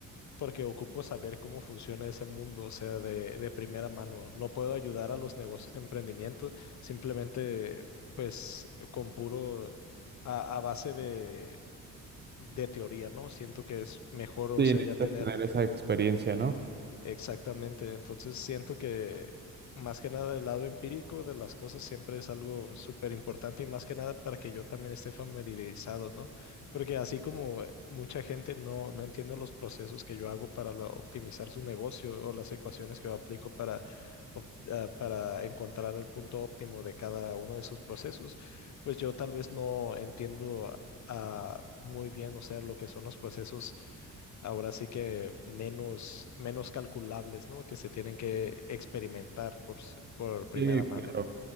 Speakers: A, on the left; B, on the right.
A: porque ocupo saber cómo funciona ese mundo, o sea, de, de primera mano. No puedo ayudar a los negocios de emprendimiento simplemente, pues, con puro, a, a base de, de teoría, ¿no? Siento que es mejor, o
B: Sí,
A: sea,
B: necesitas
A: ya tener
B: tener esa experiencia, ¿no?
A: Exactamente, entonces siento que más que nada el lado empírico de las cosas siempre es algo súper importante y más que nada para que yo también esté familiarizado, ¿no? Porque así como mucha gente no, no entiende los procesos que yo hago para la- optimizar su negocio o las ecuaciones que yo aplico para op- ah, para encontrar el punto óptimo de cada uno de sus procesos, pues yo tal vez no entiendo ah, muy bien, o sea, lo que son los procesos ahora sí que menos, menos calculables, ¿no? Que se tienen que experimentar por, s- por primera
B: Sí,
A: mano.
B: claro.